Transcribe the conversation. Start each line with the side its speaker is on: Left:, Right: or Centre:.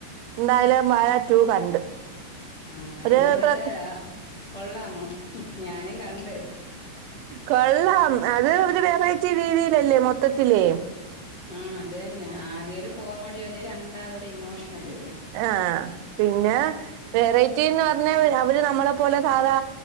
Right: എന്തായാലും വാഴ റ്റു കണ്ട്.
Left: ആ
Right: ഒരു
Left: എങ്ങനെണ്ട്
Right: പ്ര
Left: കൊള്ളാമോ ഞാനും കണ്ട്.
Right: കൊള്ളാം അത് ഒരു വെറൈറ്റി രീതിയിലല്ലേ മൊത്തത്തിലെ.
Left: ആ അത് തന്ന ആദ്യൊരു കോമഡിയോലെ രണ്ടാതൊരു ഇമോഷ്ണലോലേം.
Right: ആ പിന്നെ വേറെ. റ്റിന്ന് പറഞ്ഞാ അവര് നമ്മളെ പോലെ സാധാ